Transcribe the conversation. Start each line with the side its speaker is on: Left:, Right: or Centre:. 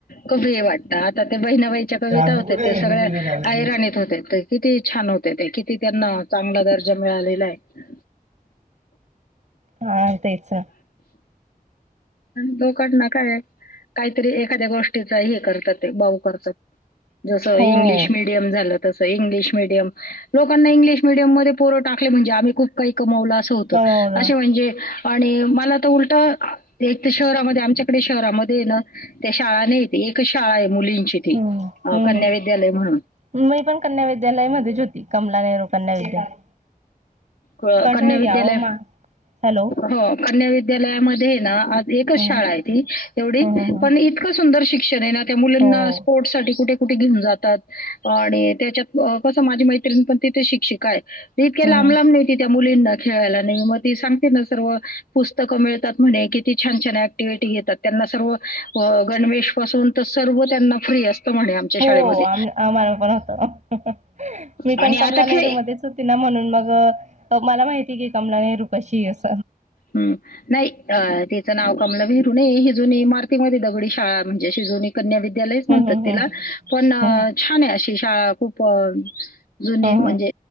Left: कमी वाटतं आता ते बहिणाबाईच्या कविता
Right: चाबी
Left: होत्या
Right: कुठे
Left: ते
Right: आहे
Left: सगळ्या
Right: गं तुझ्या गाडीची?
Left: आयराणीत होते ते किती छान होते. <unintelligible> किती त्यांना चांगला दर्जा मिळालेला आहे.
Right: हा तेच.
Left: दोघटना काय काहीतरी एक एखाद्या गोष्टीचा हे करतात ते बाऊ करतात, जसं
Right: हो
Left: इंग्लिश मिडीयम झालं. जसं इंग्लिश मिडीयम लोकांना इंग्लिश मिडीयम मधे पोरं टाकले म्हणजे आम्ही खुप काही कमवलं असं होतं,
Right: कमवलं
Left: असे म्हणजे मला तर उलट एक तर शहरामध्ये आमच्याकडे शहरामध्ये आहे ना त्या शाळा नाहीेत एकच शाळा आहे. मुलींची ती
Right: हम्म हम्म
Left: अ कन्या
Right: हम्म
Left: विद्यालय म्हणून
Right: मी पण कन्या विद्यालय मध्येच होती, कमला नेहरू कन्या विद्यालय.
Left: कन्या
Right: कट होई
Left: विद्यालय,
Right: गया ओ मां हॅलो
Left: हो कन्या विद्यालयामध्ये ना एकच
Right: हम्म
Left: शाळा आहे ती एवढी
Right: हम्म हम्म
Left: पण इतकं सुंदर शिक्षण आहे ना त्या मुलांना
Right: हो
Left: स्पोर्ट साठी कुठे कुठे घेऊन जातात आणि त्याच्यात कसं माझी मैत्रिणी पण तिथे शिक्षिका आहे. इतके
Right: हम्म
Left: लांब लांब नेती त्या मुलींना खेळायला नाही मग ती सांग त्यांना सर्व पुस्तकं मिळतात म्हने किती छान छान अँक्टिव्हिटी येतात त्यांना सर्व गण वेश पासून तर सर्व त्यांना फ्री असतं म्हणे आमच्या
Right: हो
Left: शाळेमध्ये.
Right: आम आम्हाला पण होतं. मी
Left: आणि
Right: पण
Left: आता
Right: कमला नेहरू
Left: खेळ
Right: मध्येच होते ना म्हणून मग मला माहिती की कमला नेहरू कशी अस
Left: हम्म नाही अ ते तिचं नाव कमला नेहरू नाही ही जुनी इमारतीमध्ये दगडी शाळा म्हणजे अशी जुनी कन्या विद्यालय म्हणतात
Right: हम्म हम्म
Left: तिला पण
Right: हम्म
Left: छान अशी शाळा पण जुनी
Right: हम्म
Left: म्हणजे
Right: हम्म